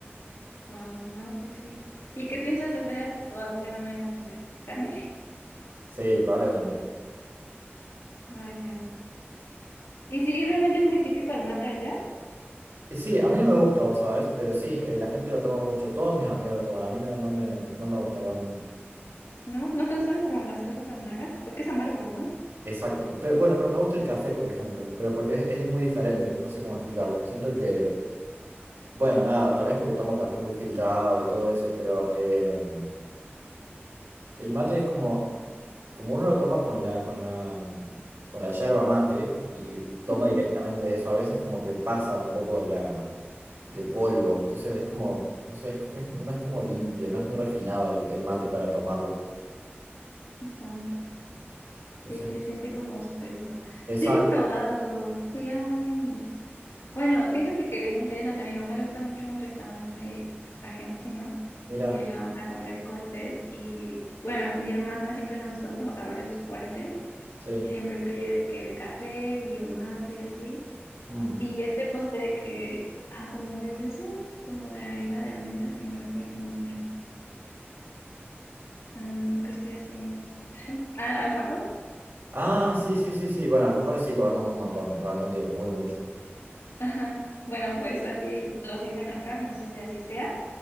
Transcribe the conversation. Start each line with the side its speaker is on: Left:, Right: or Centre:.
Left: wow, no, pues sí. ¿Y qué piensas hacer al rato? ¿A dónde van a ir a comer? ¿Carne?
Right: Sí, probablemente.
Left: Vaya. Y sí, realmente es muy típico el mate allá,
Right: Y sí, a mí no me gusta, vos sabés, pero sí, eh, la gente lo toma mucho, todos mis amigos lo toman, a mí no, no me, no me gusta realmente.
Left: ¿no? ¿No te gustan como las cosas amargas? Porque es amargo, ¿no?
Right: Exacto. Pero, bueno, pero me gusta el café, por ejemplo. Pero porque es, es muy diferente, no sé cómo explicarlo. Siento que, bueno, nada, tal vez porque tomo café muy filtrado y todo eso, pero em, el mate es como, como uno lo toma con la, con la, mm, con la yerba mate y toma
Left: Ujú.
Right: directamente de eso, a veces como que pasa un poco de la, de polvo. Entonces es como, no sé, es- es- no es como limpio, no es muy refinado el, el mate para tomarlo.
Left: Ah,
Right: Entonces,
Left: sí, se
Right: no sé.
Left: siente como espeso.
Right: Exacto,
Left: Sí, lo he probado. Fui a un... Bueno, fíjate que bien interesante. A mi mamá le gusta mucho un restaurante argentino.
Right: mira,
Left: Y allá vamos a comer cortes. Y bueno, a mi hermana siempre le gustó como sabores fuertes.
Right: sí.
Left: Y siempre pide de que el café y el mate y así.
Right: Mm.
Left: Y este postre que, ah, como muy dulce, como de harina de almendras, se me fue el nombre. Ah, que ustedes tienen. Ah, alfajor.
Right: Ah, sí, sí, sí, sí. Bueno, alfajores sí comemos un montón, realmente, muy mucho.
Left: Ajá. Bueno, pues así lo sirven acá, no sé si así sea.